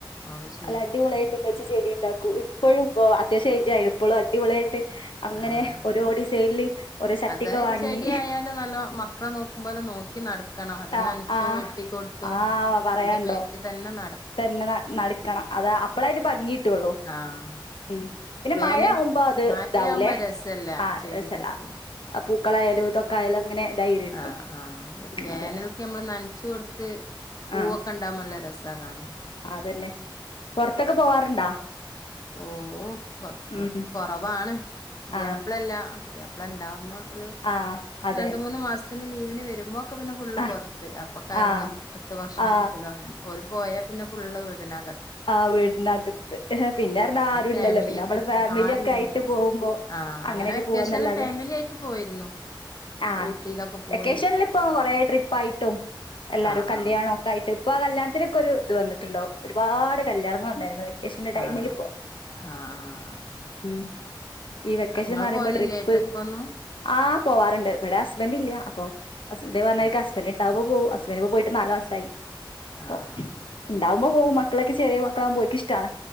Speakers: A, on the left; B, on the left.
A: അത് ശരി
B: നല്ല അടിപൊളിയായിട്ട് ഇമ്മച്ചി ചെടി ഇണ്ടാക്കും ഇപ്പഴും ഇപ്പൊ അത്യാവശ്യം എയ്ജായി ഇപ്പളും അടിപൊളിയായിട്ട് അങ്ങനെ
A: ആഹ്
B: ഓരോ ഡിസൈനില് ഓരോ ചട്ടിയൊക്കെ
A: അത്
B: വാങ്ങി
A: ചെടി ആയാലും നല്ലോം മക്കളെ നോക്കുമ്പോലെ നോക്കി നട ക്കണം അത്
B: ആഹ്
A: നനച്ചും
B: ആഹ്
A: വെട്ടികൊട്ത്തും
B: ആഹ്
A: അതിന്റെ
B: പറയാണ്ടോ
A: ബേക്ക് തന്നെ നട
B: തന്നെ ന നടക്കണം അതാ അപ്പളയ്ൻ്റെ ഭംഗിട്ടൊള്ളൂ
A: ആഹ്
B: ഉം. പിന്നെ
A: വേനൽ
B: മഴാവുമ്പൊ അത്
A: മഴയാവുമ്പോ
B: ഇതാവുലേ
A: രസല്ല
B: ആഹ്
A: ചെടി
B: രസല്ല.
A: രസം
B: അ പൂക്കളായാലും ഇതൊക്കായാലു അങ്ങനെ. ഇതായിരിക്കും
A: ആഹ് ആഹ് വേനൽക്ക്
B: അതെ
A: നമ്മള് നനച്ച് കൊട്ത്ത് പൂവൊ
B: ആ
A: ക്കണ്ടാവുമ്പ നല്ല രസാ കാണാൻ.
B: അതന്നെ പുറത്തൊക്കെ പോവാറുണ്ടാ.
A: ഓഹ് പൊ കുറ
B: ഉം
A: കുറവാണ് പുതിയാപ്പളല്ല
B: ആ
A: പുതിയാ പ്ലണ്ടാവുമ്പൊ ഒലു
B: ആ അതെ
A: രണ്ട് മൂന്ന് മാസത്തിന് ലീവിന് വരുമ്പം. ഒക്കെ പിന്നെ ഫുള്ള്
B: ആ
A: പൊറത്ത് അപ്പ കറങ്ങലു
B: ആ
A: പുറത്ത് ഭക്ഷണ
B: ആ
A: കഴിക്കലും അങ്ങനെ ഓല് പോയാ പിന്നെ. ഫുള്‌ള വീടിനക
B: ആഹ് വീട്നക പിന്നെ പറഞ്ഞ ആരു ഇല്ലല്ലോ
A: ഫാമിലി
B: പിന്നെ നമ്മള
A: ട്രിപ്പ്
B: ഫാമില്യൊക്കെയിട്ട്
A: ആരുല്ല
B: പോകുമ്പോ
A: ആഹ്
B: അങ്ങനെയൊക്കെ
A: അങ്ങനെ വെക്കേഷനില്
B: പോവാന്നല്ലാതെ.
A: ഫാമിലി ആയിട്ട് പോയിരുന്നു.
B: ആഹ്
A: ഊട്ടിയിലൊക്കെ പോയി
B: വെക്കേഷൻലിപ്പൊ കൊറേ ട്രിപ്പായിട്ടും എല്ലാരും
A: ആഹ്
B: കല്യാണൊ. ടായിട്ട് ഇപ്പൊ ആ കല്യാണത്തിനൊക്കൊരു ഇത് വന്നിട്ടുണ്ടാവും ഒരുപാട് കല്യാണങ്ങള്ണ്ടായിരുന്നു വെ ക്കേഷന്റെ ടൈമിലിപ്പൊ
A: ആഹ് ആഹ് ആഹ്
B: ഉം. ഈ വെക്കേഷൻ
A: ആഹ് ഇങ്ങള്
B: എന്ന് പറയുമ്പൊ
A: പോലില്ലേ
B: ട്രിപ്പ്.
A: ട്രിപ്പൊന്നും
B: ആഹ് പോവാറുണ്ട് ഇവിടെ ഹസ്ബഡില്ല അപ്പൊ <unintelligible>
A: ആഹ്
B: ഹസ്ബൻഡ്. ഇണ്ടാവുമ്പൊ പോവും ഹസ്ബൻഡ്പ്പൊ പോയിട്ട് നാല് മാസായി അപ്പൊ
A: ആഹ് ആഹ്
B: ഉണ്ടാവുമ്പാ പോകും മ ക്കളൊക്കെ ചെറിയ മക്കളാവുമ്പൊ ഓൽക്കിഷ്ടാണ്